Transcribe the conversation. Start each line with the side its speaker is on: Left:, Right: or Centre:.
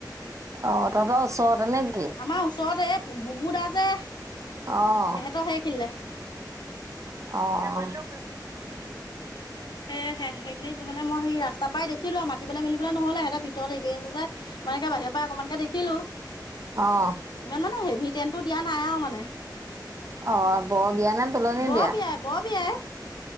Right: অ' তহতেৰ ওচৰৰততে নে কি।
Left: আমাৰ ওচৰতে এই বুবু দা যে সিহঁতৰ
Right: অ',
Left: সেই খিনিলে।
Right: অ', অ'
Left: সে হে সেইখিনি মানে মই সেই ৰাস্তাৰ পৰাই দেখি দেখিলো আৰু মাতিবলৈ মেলিবলৈ নহলে সিহঁতে ভিতৰত হেৰি আছে যোনে বাহিৰৰ পৰাই অকমানকে দেখিলো।
Right: অ'
Left: ইমান মানে হেভি ট্ৰেনটো দিয়া নাই আৰু মানে।
Right: অ', বৰ বিয়া নে তোলনি
Left: বৰ
Right: বিয়া?
Left: বিয়াই বৰ বিয়াই।